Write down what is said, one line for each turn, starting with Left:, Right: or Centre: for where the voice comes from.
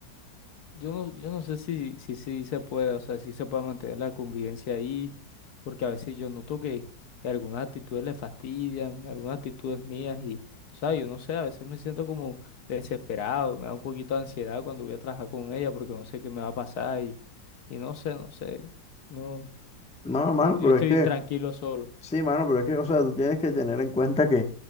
Left: Yo no, yo no sé si, si, sí se puede, o sea, si se puede mantener la convivencia ahí, porque a veces yo noto que, que algunas actitudes le fastidian, algunas actitudes mías y, o sea, yo no sé, a veces me siento como desesperado, me da un poquito de ansiedad cuando voy a trabajar con ella porque no sé qué me va a pasar y, y no sé, no sé, no,
Centre: No,
Left: no,
Centre: mano,
Left: yo
Centre: pero
Left: estoy
Centre: es que...
Left: tranquilo solo.
Centre: Sí, mano, pero es que, o sea, tú tienes que tener en cuenta que,